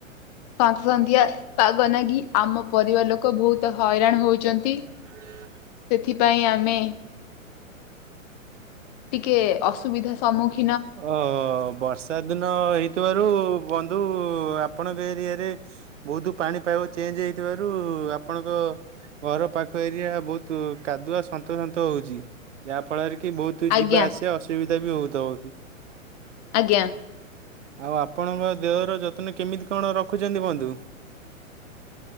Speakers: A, on the left; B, on the right.
A: ସନ୍ତ ସନ୍ତିଆ ପାଗ ନାଗି ଆମ ପରିବାର ଲୋକ ବହୁତ ହଇରାଣ ହଉଚନ୍ତି।
B: <inaudible>
A: ସେଥିପାଇଁ ଆମେ ଟିକେ ଅସୁବିଧା ସମ୍ମୁଖୀ
B: ଓ ବର୍ଷା ଦିନ ହେଇଥିବାରୁ ବନ୍ଧୁ ଆପଣଙ୍କ ଏରିଆରେ ବହୁତୁ ପାଣି ପାଇବ ଚେଞ୍ଜ ହେଇଥିବାରୁ ଆପଣଙ୍କ ଘର ପାଖ ଏରିଆ ବହୁତ କାଦୁଆ ସନ୍ତ ସନ୍ତ ହଉଚି ଯାହା ଫଳରେ କି ବହୁତ ତୁ
A: ଆଜ୍ଞା
B: ଯିବା ଆସିଆ ଅସୁବିଧା ବି ହଉଥବ।
A: ଆଜ୍ଞା।
B: ଆଉ ଆପଣଙ୍କ ଦେହର ଯତ୍ନ କେମିତି କଣ ରଖୁଚନ୍ତି ବନ୍ଧୁ?